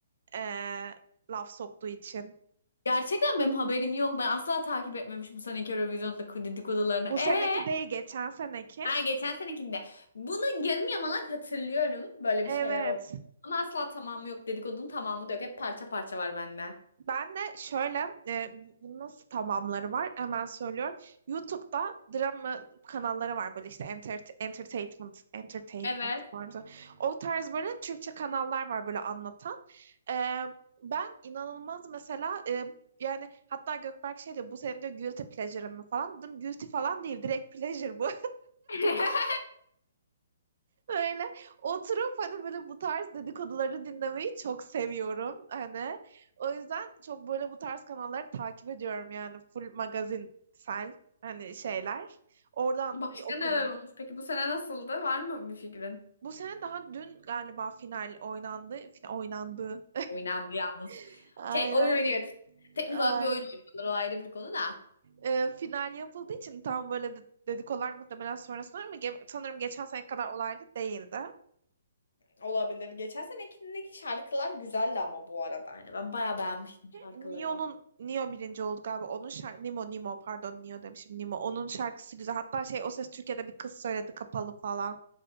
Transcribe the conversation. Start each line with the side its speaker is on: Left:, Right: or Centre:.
Right: e, laf soktuğu için.
Left: Gerçekten benim haberim yok. Ben asla takip etmemişim bu seneki Eurovision'daki dedikodularını.
Right: Bu
Left: Ee,
Right: seneki değil geçen seneki.
Left: ha, geçen senekinde. Bunu yarım yamalak hatırlıyorum. Böyle
Right: Evet.
Left: bir şeyler oldu. Ama asla tamamı yok. Dedikodunun tamamı da yok. Hep parça parça var bende.
Right: Ben de şöyle, e, bu- nasıl tamamları var hemen söylüyorum. YouTube'da drama kanalları var böyle işte enter- entertainment, entertainment
Left: Evet.
Right: var. mı? O tarz böyle Türkçe kanallar var böyle anlatan. E, ben inanılmaz mesela e, yani hatta Gökberk şey diyor bu senin diyor guilty pleasure'ın mı falan. Dedim guilty falan değil direkt pleasure bu.
Left: <laughs>
Right: Öyle oturup hani böyle bu tarz dedikoduları dinlemeyi çok seviyorum hani. O yüzden çok böyle bu tarz kanalları takip ediyorum yani full magazinsel hani şeyler. Oradan
Left: Başka
Right: bir okudum.
Left: neler olmuş? Peki bu sene nasıldı? Var mı bir fikrin?
Right: Bu sene daha dün galiba final oynandı. Fin- oynandı.
Left: Oynandı yalnız.
Right: <laughs> Aynen.
Left: Şey oyun oynuyoruz. Teknik
Right: Ay-
Left: olarak bir oyun oynuyorlar. O ayrı bir konu da.
Right: e, final yapıldığı için tam böyle de- dedikodular muhtemelen sonrasında ama ge- sanırım geçen sene kadar olaylı değildi.
Left: Olabilir. Geçen senekindeki şarkılar güzeldi ama bu arada. Yani ben bayağı beğenmiştim şarkıları.
Right: Neo'nun Neo birinci oldu galiba. Onun şarkı Nemo Nemo pardon Neo demişim Nemo. Onun şarkısı güzel. Hatta şey o ses Türkiye'de bir kız söyledi kapalı falan.